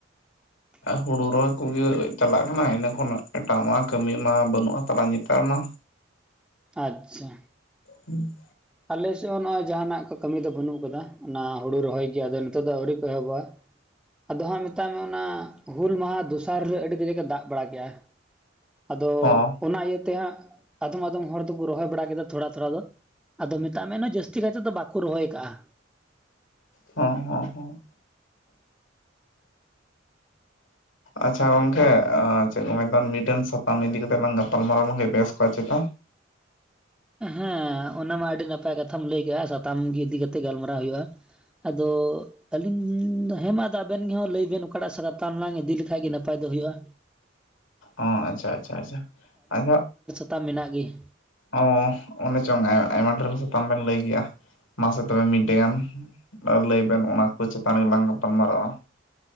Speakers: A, in the centre; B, on the left.
A: <inaudible>
B: ᱦᱩᱲᱩ ᱨᱚᱦᱚᱭ ᱠᱚᱸᱜᱮ ᱪᱟᱞᱟᱜ ᱠᱟᱱᱟ ᱤᱱᱟᱹ ᱠᱷᱚᱱᱟᱜ ᱮᱴᱟᱜ ᱢᱟ ᱠᱟᱹᱢᱤ ᱢᱟ ᱵᱟᱹᱱᱩᱜ ᱦᱟᱛᱟᱲᱟ ᱱᱮᱛᱟᱨ ᱢᱟ
A: ᱟᱪᱷᱟ
B: ᱦᱩᱸ
A: ᱟᱸᱞᱮ ᱥᱮᱫᱽ ᱦᱚᱸ ᱱᱚᱜᱼᱚᱭ ᱡᱟᱦᱟᱸᱱᱟᱜ ᱠᱚ ᱠᱟᱹᱢᱤ ᱫᱚ ᱵᱟᱹᱱᱩᱜ ᱠᱟᱫᱟ ᱚᱱᱟ ᱦᱩᱲᱩ ᱨᱚᱦᱚᱭ ᱜᱮ ᱟᱫᱚ ᱱᱤᱛᱚᱜ ᱫᱚ ᱟᱹᱣᱨᱤ ᱠᱚ ᱮᱦᱚᱵᱚᱜᱼᱟ᱾ ᱟᱫᱚ ᱦᱟᱸᱜ ᱢᱮᱛᱟᱜ ᱢᱮ ᱚᱱᱟ ᱦᱩᱞ ᱢᱟᱦᱟᱸ ᱫᱚᱥᱟᱨ ᱦᱤᱞᱳᱜ ᱟᱹᱰᱤ ᱠᱟᱡᱟᱠᱮ ᱫᱟᱜᱽ ᱵᱟᱲᱟ ᱠᱮᱜᱼᱟ᱾ ᱟᱫᱚ
B: ᱦᱚᱸ
A: ᱚᱱᱟ ᱤᱭᱟᱹ ᱛᱮᱦᱟᱸᱜ ᱟᱸᱫᱚᱢ ᱟᱸᱫᱚᱢ ᱦᱚᱲ ᱫᱚᱠᱚ ᱨᱚᱦᱚᱭ ᱵᱟᱲᱟ ᱠᱮᱫᱟ ᱛᱷᱚᱲᱟ ᱛᱷᱚᱲᱟ ᱫᱚ᱾ ᱟᱫᱚ ᱢᱮᱛᱟᱜ ᱢᱮ ᱡᱟᱹᱥᱛᱤ ᱠᱟᱭᱛᱮ ᱫᱚ ᱵᱟᱠᱚ ᱨᱚᱦᱚᱭ ᱠᱟᱜᱼᱟ᱾
B: ᱦᱚᱸ ᱦᱚᱸ ᱦᱚᱸ
A: <inaudible>
B: ᱟᱪᱪᱷᱟ ᱜᱚᱝᱠᱮ ᱪᱮᱫ ᱠᱚ ᱢᱮᱛᱟᱜ ᱢᱤᱫᱴᱮᱱ ᱥᱟᱛᱟᱢ ᱤᱫᱤᱸ ᱠᱟᱛᱮ ᱞᱟᱝ ᱜᱟᱯᱟᱞ ᱢᱟᱨᱟᱣ ᱞᱮᱱᱠᱷᱟᱱ ᱵᱮᱥ ᱠᱚᱜ ᱪᱮᱛᱟ
A: ᱦᱮᱸ ᱚᱱᱟ ᱢᱟ ᱟᱹᱰᱤ ᱱᱟᱯᱟᱭ ᱠᱟᱛᱷᱟᱢ ᱞᱟᱹᱭ ᱠᱮᱫᱮᱜᱼᱟ ᱥᱟᱛᱟᱢ ᱜᱮ ᱤᱫᱤ ᱠᱟᱛᱮ ᱜᱟᱞᱢᱟᱨᱟ ᱦᱩᱭᱩᱜᱼᱟ᱾ ᱟᱫᱚ ᱟᱹᱞᱤᱧ ᱦᱮᱸ ᱢᱟ ᱟᱸᱵᱮᱱ ᱜᱮ ᱞᱟᱹᱭᱵᱮᱱ ᱚᱠᱟᱴᱟᱜ ᱥᱟ ᱛᱟᱢ ᱞᱟᱝ ᱤᱫᱤ ᱞᱮᱠᱷᱟᱡ ᱜᱮ ᱱᱟᱯᱟᱭ ᱫᱚ ᱦᱩᱭᱩᱜᱼᱟ᱾
B: ᱚ ᱟᱪᱷᱟ ᱟᱪᱷᱟ ᱟᱪᱷᱟ ᱟᱫᱚ
A: ᱦᱟᱛᱟᱢ ᱢᱮᱱᱟᱜ ᱜᱮᱸ
B: ᱚ ᱚᱱᱮ ᱪᱚᱝ ᱟᱭᱢᱟ ᱰᱷᱮᱨ ᱥᱟᱛᱟᱢ ᱵᱮᱱ ᱞᱟᱹᱭ ᱠᱮᱜᱼᱟ᱾ ᱢᱟᱥᱮ ᱛᱚᱵᱮ ᱢᱤᱫᱴᱮ ᱜᱟᱱ ᱞᱟᱹᱭ ᱵᱮᱱ ᱚᱱᱟ ᱠᱚ ᱪᱮᱛᱟᱱ ᱨᱮᱜᱮᱞᱟᱝ ᱜᱟᱯᱟᱞ ᱢᱟᱨᱟᱣᱼᱟ᱾